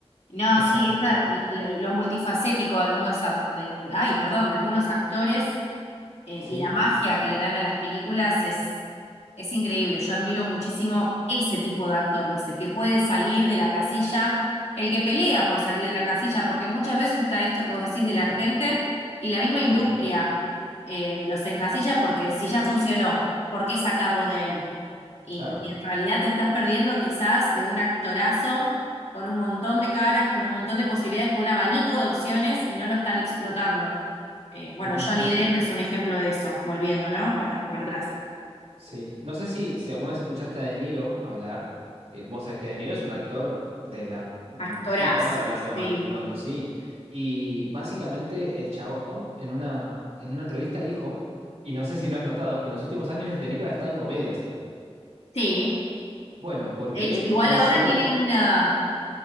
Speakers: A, on the left; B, on the right.
A: No,
B: exacto,
A: sí, esa- lo, lo multifacético de algunos, au- de, ay, perdón, de algunos actores eh,
B: sí.
A: y la magia que le dan a las películas es, es increíble. Yo admiro muchísimo ese tipo de actores, el que puede salir de la casilla, el que pelea por salir de la casilla, porque muchas veces está esto que vos decís de la gente y la misma industria
B: Sí,
A: eh, los encasilla porque si ya funcionó, ¿por qué sacarlo de ahí? Y,
B: claro.
A: y en realidad te estás perdiendo quizás de un actorazo con un montón de caras, con un montón de posibilidades, con un abanico de opciones y no lo están explotando. Eh, bueno,
B: No,
A: Johnny Depp
B: n-
A: es un ejemplo de eso, volviendo, ¿no? Para, para atrás.
B: sí. No sé si, si alguna vez escuchaste a De Niro hablar. Eh, vos sabés que De Niro es un actor de la mm,
A: Actorazo,
B: puta madre, hablando mal
A: sí.
B: y pronto, sí. Y básicamente el chabón en una, en una entrevista dijo, y no sé si lo has notado, que en los últimos años De Niro ha estado en comedias.
A: Sí.
B: Bueno, porque
A: De hecho,
B: él
A: igual
B: considera...
A: ahora tiene una,